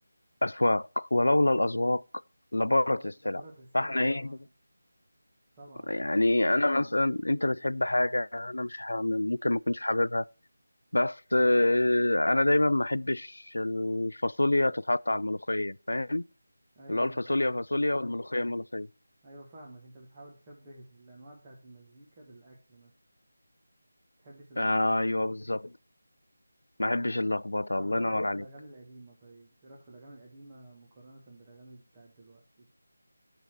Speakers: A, on the left; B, on the right.
A: اذواق ولولا الاذواق لبارت
B: دبر-
A: السلع
B: دبرت السلع
A: فاحنا ايه
B: طبعا طبعا
A: يعني انا مثلا انت بتحب حاجه انا مش ح- ممكن ما اكونش حاببها بس آه انا دايما ما احبش الفاصوليا تتحط على الملوخيه فاهم
B: ايوه
A: اللي هو الفاصوليا
B: ايوه
A: فاصوليا والملوخية ملوخية
B: ايوه فاهمك انت بتحاول تشبه الانواع بتاعت المزيكا بالاكل مثلا متحبش اللخبطة
A: ايوه بالظبط ما احبش
B: طب إيه،
A: اللخبطة
B: طب
A: الله
B: ايه
A: ينور
B: رأيك في
A: عليك
B: الاغاني القديمة طيب ايه رأيك في الاغاني القديمة مقارنة بالاغاني بتاعت دلوقتي